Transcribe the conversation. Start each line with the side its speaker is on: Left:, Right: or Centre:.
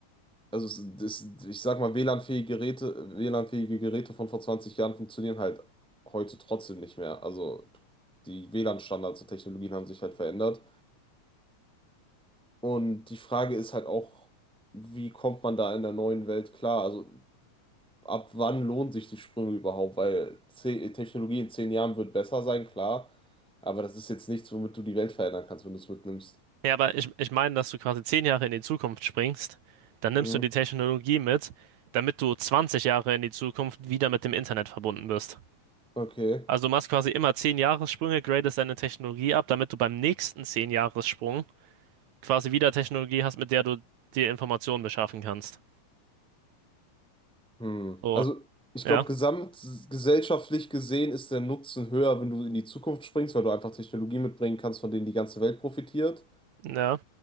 Centre: also es- das, ich sag mal, WLAN-fähige Geräte, WLAN-fähige Geräte von vor 20 Jahren funktionieren halt heute trotzdem nicht mehr. Also die WLAN-Standards und Technologien haben sich halt verändert. Und die Frage ist halt auch, wie kommt man da in der neuen Welt klar? Also ab wann lohnen sich die Sprünge überhaupt? Weil ze- Technologie in zehn Jahren wird besser sein, klar. Aber das ist jetzt nichts, womit du die Welt verändern kannst, wenn du es mitnimmst.
Right: Ja, aber ich, ich meine, dass du quasi zehn Jahre in die Zukunft springst, dann nimmst
Centre: Hm,
Right: du die Technologie mit, damit du 20 Jahre in die Zukunft wieder mit dem Internet verbunden bist.
Centre: okay.
Right: Also du machst quasi immer zehn Jahressprünge, gradest deine Technologie ab, damit du beim nächsten zehn Jahressprung quasi wieder Technologie hast, mit der du dir Informationen beschaffen kannst.
Centre: Hm.
Right: So,
Centre: Also, ich
Right: ja,
Centre: glaube, gesamtgesellschaftlich gesehen ist der Nutzen höher, wenn du in die Zukunft springst, weil du einfach Technologie mitbringen kannst, von denen die ganze Welt profitiert.
Right: ja.